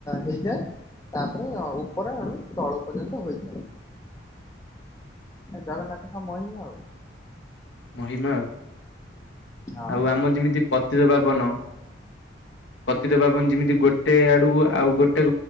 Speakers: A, on the left; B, on the left.
A: ହେଇଯାଏ। ତାପରେ ଉପର ଆଡ଼ୁ ତଳ ପର୍ଯ୍ୟନ୍ତ ହୋଇଥାଏ। ଜଗନ୍ନାଥଙ୍କ ମହିମା ଆଉ।
B: ମହିମା ଆଉ
A: ହଁ।
B: ଆଉ ଆମର ଯେମିତି ପତିତ ପାବନ ପତିତ ପାବନ ଯେମିତି ଗୋଟେ ଆଡ଼କୁ ଆଉ ଗୋଟେ